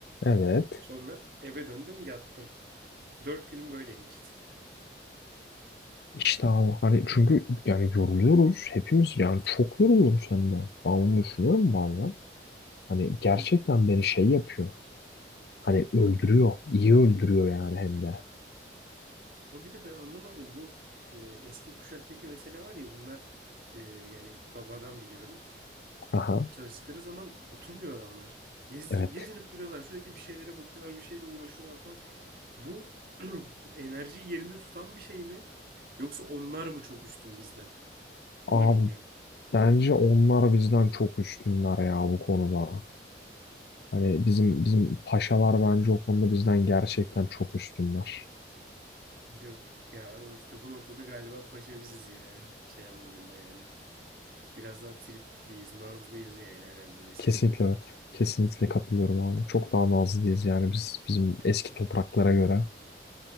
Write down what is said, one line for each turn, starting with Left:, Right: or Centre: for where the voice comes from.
Left: evet
Right: Sonra eve döndüm yattım. Dört günüm böyle geçti.
Left: işte abi hani çünkü yani yoruluyoruz hepimiz yani çok yoruluyoruz hem de. Ben onu düşünüyorum bazen. Hani gerçekten
Right: Evet.
Left: beni şey yapıyor. Hani öldürüyor. İyi öldürüyor yani hem de.
Right: Ama bir de ben anlamadım bu e, eski kuşaktaki mesele var ya bunlar e, yani babadan biliyorum.
Left: Aha.
Right: Çalıştıkları zaman oturmuyor adamlar. Gezdir,
Left: Evet.
Right: gezinip duruyorlar. Sürekli bir şeylere bakıyorlar, bir şeyle uğraşıyorlar falan. Bu <clears throat> enerjiyi yerinde tutan bir şey mi? Yoksa onlar mı çok üstün bizden? Onu
Left: Abi
Right: bilmiyorum.
Left: bence onlar bizden çok üstünler ya bu konuda. Hani bizim bizim paşalar bence o konuda bizden gerçekten çok üstünler.
Right: Çünkü ya işte bu noktada galiba paşa biziz ya. Şey anlamında yani. Biraz daha tripliyiz, nazlıyız yani herhalde nesil
Left: Kesinlikle
Right: olarak.
Left: evet. Kesinlikle katılıyorum abi. Çok daha nazlıyız yani biz bizim eski topraklara göre.